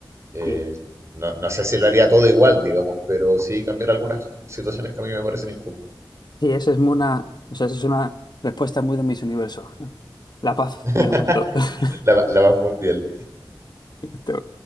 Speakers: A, on the right; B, on the left.
A: Eh,
B: Sí.
A: no, no sé si lo haría todo igual, digamos, pero sí cambiar algunas situaciones que a mí me parecen injustas.
B: Sí, eso es una, o sea, eso es una respuesta muy de mis universo. <laughs> La paz
A: <laughs>
B: en el mundo. <laughs>
A: La, la más mundial,
B: Tú.